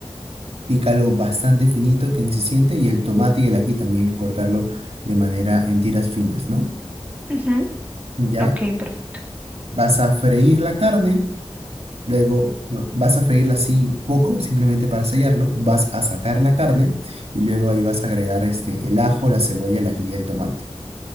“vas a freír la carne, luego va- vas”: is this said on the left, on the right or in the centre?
Right